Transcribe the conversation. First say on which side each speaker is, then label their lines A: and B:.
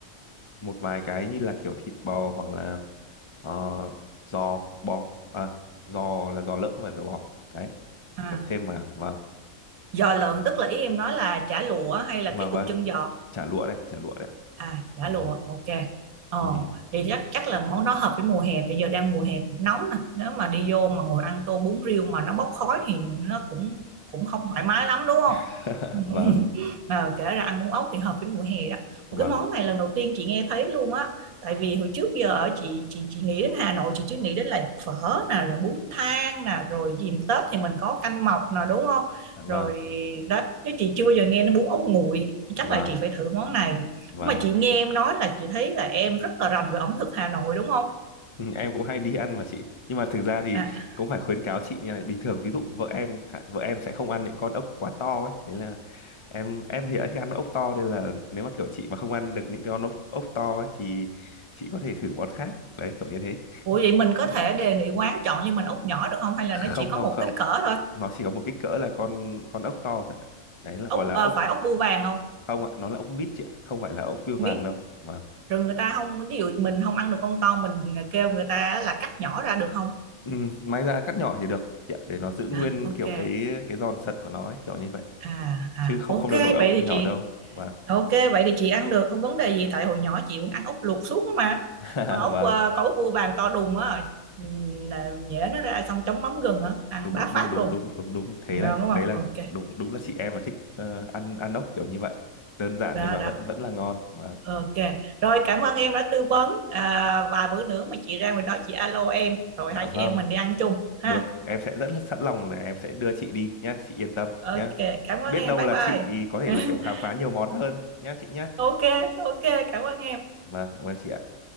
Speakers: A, on the left (about 25°); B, on the right (about 85°).
A: một vài cái như là kiểu thịt bò hoặc là ờ, giò bò à, giò là giò lợn không phải giò bò. Đấy,
B: À,
A: kiểu thêm vào vâng.
B: giò lợn tức là ý em nói là chả lụa hay là
A: Vâng
B: cái
A: vâng,
B: cục chân giò
A: chả lụa đấy, chả lụa đấy.
B: à chả
A: Ừ,
B: lụa ok ờ
A: ừ.
B: vậy chắc chắc là món đó hợp với mùa hè bây giờ đang mùa hè cũng nóng nè nếu mà đi vô mà ngồi ăn tô bún riêu mà nó bốc khói thì nó cũng cũng không thoải mái lắm đúng không
A: <laughs>
B: <laughs>
A: Vâng,
B: Ờ, kể ra ăn bún ốc thì hợp với mùa hè đó
A: vâng,
B: một cái món này lần đầu tiên chị nghe thấy luôn á tại vì hồi trước giờ ở chị chị chị nghĩ đến Hà Nội chị chỉ nghĩ đến là phở nè rồi bún thang nè rồi dìm Tết thì mình có canh mọc nè đúng không
A: vâng,
B: rồi
A: vâng,
B: đó chứ chị chưa bao giờ nghe đến bún ốc nguội chắc
A: vâng.
B: là chị phải thử món này
A: vâng.
B: mà chị nghe em nói là chị thấy là em rất là rành về ẩm thực Hà Nội đúng không?
A: Ừ, em cũng hay đi ăn mà chị nhưng mà thực ra thì
B: À,
A: cũng phải khuyến cáo chị như này bình thường ví dụ vợ em chẳng vợ em sẽ không ăn những con ốc quá to ấy thế là em em thì đã thích ăn ốc to nên là nếu mà kiểu chị mà không ăn được những con ốc ốc to ấy thì chị có thể thử món khác đấy kiểu như thế
B: ủa vậy mình có
A: Ừ.
B: thể đề nghị quán chọn cho mình ốc nhỏ được không? Hay là
A: không
B: nó chỉ có
A: không
B: một
A: không
B: kích cỡ thôi?
A: nó chỉ có một kích cỡ là con con ốc to thôi ạ. đấy là
B: Ốc
A: gọi là
B: ờ,
A: ốc
B: phải ốc bươu vàng không?
A: không ạ nó là ốc mít chị ạ không phải là ốc
B: Không
A: bươu vàng
B: biết.
A: đâu mà
B: Rồi người ta không, ví dụ mình không ăn được con to mình kêu người ta là cắt nhỏ ra được không?
A: ừ, may ra cắt nhỏ thì được chị ạ để nó giữ nguyên
B: À, ok.
A: kiểu cái cái giòn sật của nó ấy, kiểu như vậy
B: À, à,
A: chứ không
B: ok
A: không được đổi ông
B: vậy thì
A: nhỏ
B: chị
A: đâu và
B: ok vậy thì chị ăn được không vấn đề gì tại hồi nhỏ chị cũng ăn ốc luộc suốt á mà
A: <laughs>
B: còn ốc
A: vâng
B: ờ, có ốc bươu vàng to đùng á ừm, nhễ nó ra xong chấm mắm gừng á ăn
A: đúng
B: bá
A: đúng
B: phát
A: đúng
B: luôn
A: đúng đúng đúng thế
B: Nào
A: là
B: đúng
A: đấy
B: không?
A: là
B: Ok,
A: đúng đúng là chị em là thích ờ, ăn ăn ốc kiểu như vậy đơn giản
B: đó
A: nhưng mà
B: đó.
A: vẫn vẫn là ngon và
B: Ok. Rồi cảm ơn em đã tư vấn à, và bữa nữa mà chị ra ngoài đó chị alo em rồi
A: dạ
B: hai chị
A: vâng
B: em mình đi ăn chung ha.
A: được em sẽ rất là sẵn lòng là em sẽ đưa chị đi nhá chị yên tâm
B: Ok,
A: nhá
B: cảm ơn
A: biết
B: em.
A: đâu
B: Bye
A: là
B: bye.
A: chị có thể
B: <laughs>
A: là kiểu khám phá nhiều món hơn nhá chị nhá
B: Ok, ok, cảm ơn em.
A: vâng cảm ơn chị ạ.